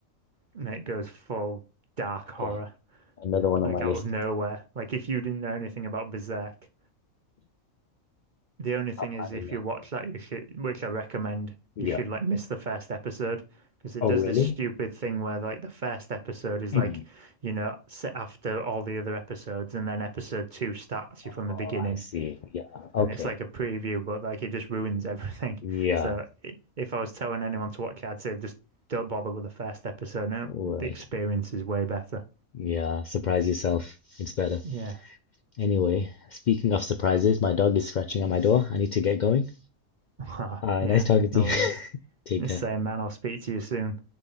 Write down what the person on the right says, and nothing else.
and it goes full dark
horror.
Like
out
of nowhere. Like if you didn't know anything about Berserk, The only thing
is,
if you
watch that, you should, which I recommend,
you should like miss the first episode because it
does
this stupid thing where like the first episode is
like, you know, set after all the other episodes, and then episode two starts you from
the beginning,
and it's like a preview, but like it just ruins <laughs> everything.
So if I was telling anyone to watch it, I'd say just don't bother with the first episode. No,
the experience is way better.
Yeah,
<laughs>
yeah,
no
worries.
Same
man. I'll speak to you soon.